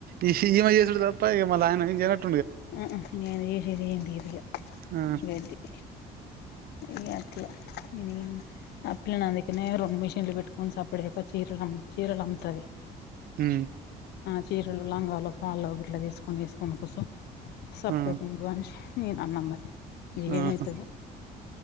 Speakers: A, on the right; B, on the left.
A: ఈ శీమ చేసుడు తప్ప ఇక మళ్ళ ఆయన ఏ చేనట్
B: ఉ ఉ నేను జేసేదీ ఏం లేదిగ
A: ఆ
B: ఇగంతే ఇంగట్లా అని ఆ పిల్లని అందుకనే రెండు మిషన్లు పెట్టుకొని సప్పుడుచయక చీరలు అమ్ చీరలు అమ్తది.
A: ఊ
B: చీరలు లంగాలు ఫాల్లు ఇట్లా తీసుకొని వేసుకొని కూసో సప్పే
A: ఆ
B: కుండని నేను అన్న మరి
A: ఆహా
B: ఏమయితదో